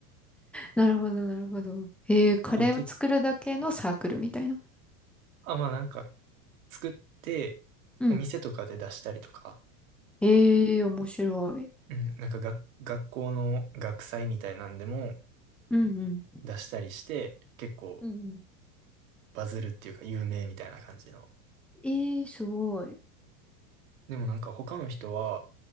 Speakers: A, in the centre; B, on the right.
A: なるほど、なるほど。えー、カレーを作るだけのサークルみたいな。
B: そう、け、あ、まあなんか、作って、
A: うん。
B: お店とかで出したりとか、
A: えー、面白い。
B: うん、なんかが、学校の学祭みたいなんでも
A: うんうん。
B: 出したりして、結構
A: うんう
B: バズるっていうか有名みたいな感じの。
A: ん。えー、すごい。
B: でもなんか他の人は、